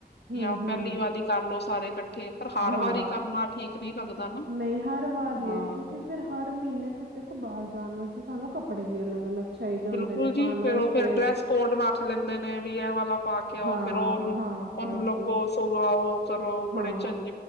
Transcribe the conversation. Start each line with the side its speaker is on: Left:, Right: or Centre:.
Right: ਹਮ
Left: ਜਾਂ
Right: ਹਮ
Left: ਪਹਿਲੀ ਵਾਰੀ ਕਰਲਓ ਸਾਰੇ ਇਕੱਠੇ ਪਰ ਹਰ
Right: ਹਾਂ
Left: ਵਾਰੀ ਕਰਨਾ ਠੀਕ ਨਹੀਂ ਲੱਗਦਾ ਨਾ
Right: ਨਹੀਂ ਹਰ ਵਾਰ ਨਹੀਂ
Left: ਹਾਂ
Right: ਕਿਉਂਕਿ ਫਿਰ ਹਰ ਮਹੀਨੇ ਫਿਰ ਦੇਖੋ ਬਾਹਰ ਜਾਣ ਵਾਸਤੇ ਸਾਨੂੰ ਕੱਪੜੇ ਵੀ ਅਲੱਗ ਅਲੱਗ ਚਾਹੀਦੇ ਹੁੰਦੇ
Left: ਬਿਲਕੁਲ
Right: ਨੇ
Left: ਜੀ
Right: ਪਾਉਣ
Left: ਫੇਰ
Right: ਵਾਸਤੇ
Left: ਉਹ ਫੇਰ ਡਰੈਸ ਕੋਡ ਰੱਖ ਲੈਂਦੇ ਨੇ ਵੀ ਇਹ ਵਾਲਾ ਪਾ ਕੇ
Right: ਹਾਂ
Left: ਆਓ ਫੇਰ ਉਹਨੂੰ
Right: ਹਾਂ
Left: ਉਹਨੂੰ
Right: ਬਸ
Left: ਲੱਵੋ ਸੁਆਓ ਕਰੋ
Right: ਹਾਂ
Left: ਬੜੇ ਝੰਜੇ